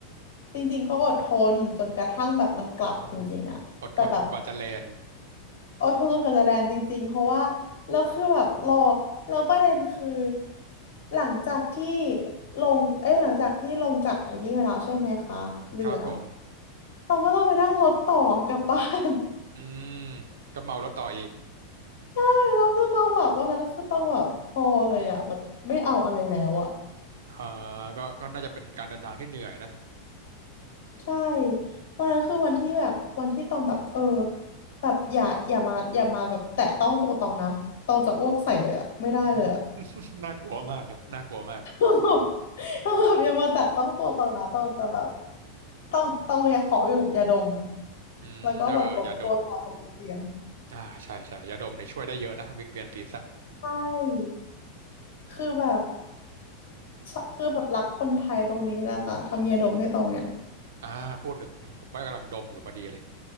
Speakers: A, on the left (about 85°); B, on the right (about 85°).
A: จริงๆก็อดทนจนกระทั่งแบบมันกลับจริงๆอะแต่แบบ
B: อ๋ออดทนจนกว่าจะแลนด์
A: อดทนจนกว่าจะแลนด์จริงๆ เพราะว่าเราคือแบบรอแล้วประเด็นคือหลังจากที่ลงเอ้ยหลังจากที่ลงจากไอ้นี่มาแล้วใช่ไหมคะเรือ
B: ครับผม
A: ตองก็ต้องไปนั่งรถต่อกลับบ้าน
B: อืมก็เมารถต่ออีก
A: <laughs> ใช่แล้วคือตองแบบวันนั้นคือตองแบบพอเลยอะแบบไม่เอาอะไรแล้วอะ
B: อ่าก็ก็น่าจะเป็นการเดินทางที่เหนื่อยนะ
A: ใช่วันนั้นคือวันที่แบบวันที่ตองแบบเออแบบอย่าอย่ามาอย่ามาแบบแตะต้องตัวตองนะตองจะอ้วกใส่เลยอะไม่ได้เลยอะ
B: อืม <laughs> น่ากลัวมากครับน่ากลัวมาก
A: ต้องแบบต้องแบบอยามาแตะต้องตัวตรงนะต้องจะแบบต้องต้องอยากขออยู่กับยาดม
B: อืมเออเออยาดม
A: แล้วก็แบบหลบตัวตลอดกเตียง
B: อ่าใช่ใช่ยาดมเนี่ยช่วยได้เยอะนะวิงเวียนศีรษะ
A: ใช่คือแบบชอคือแบบรักคนไทยตรงนี้แหละค่ะทำยาดมให้ตรงเนี่ย
B: อ่าพูดถึงผมก็กำลังดมอยู่พอดีเลย